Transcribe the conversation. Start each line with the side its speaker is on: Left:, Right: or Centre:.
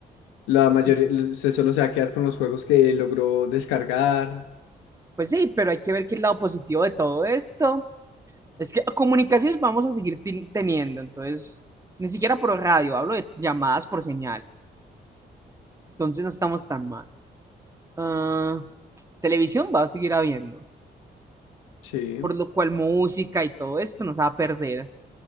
Left: La mayoría
Right: Quiz-
Left: se solo se va a quedar con los juegos que logró descargar.
Right: Pues sí, pero hay que ver qué es el lado positivo de todo esto. Es que comunicaciones vamos a seguir tin- teniendo, entonces, ni siquiera por radio, hablo de llamadas por señal. Entonces no estamos tan mal. Ah, televisión va a seguir habiendo.
Left: Sí.
Right: por lo cual música y todo esto nos va a perder,